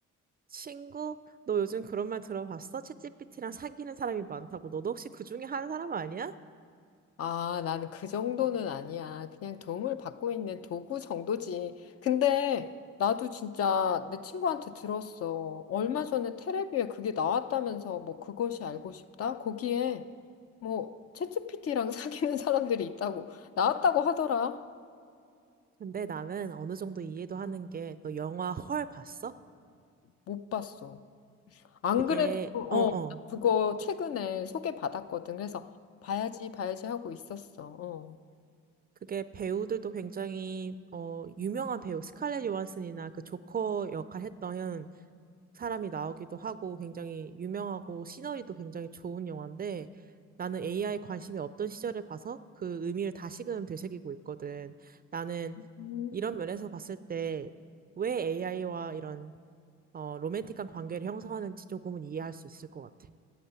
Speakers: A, on the right; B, on the left.
A: 친구? 너 요즘 그런 말 들어봤어? 챗지피티랑 사귀는 사람이 많다고. 너도 혹시 그 중에 한 사람 아니야?
B: 아, 나는 그 정도는 아니야. 그냥 도움을 받고 있는 도구 정도지. 근데 나도 진짜 내 친구한테 들었어. 얼마 전에 테레비에 그게 나왔다면서 뭐 그것이 알고 싶다? 거기에 뭐 챗GPT랑 <laughs> 사귀는 사람들이 있다고 나왔다고 하더라.
A: 근데 나는 어느 정도 이해도 하는 게 너 영화 헐 봤어?
B: 못 봤어. 안
A: 그게
B: 그래도 어,
A: 어어
B: 그거 최근에 소개받았거든. 그래서 봐야지, 봐야지 하고 있었어. 어.
A: 그게 배우들도 굉장히 어 유명한 배우 스칼렛 요한슨이나 그 조커 역할 했던 사람이 나오기도 하고 굉장히 유명하고 시너리도 굉장히 좋은 영화인데 나는 a i 관심이 없던 시절에 봐서 그 의미를 다시금 되새기고 있거든. 나는
B: 음.
A: 이런 면에서 봤을 때 왜 AI와 이런 어, 로맨틱한 관계를 형성하는지 조금은 이해할 수 있을 것 같아.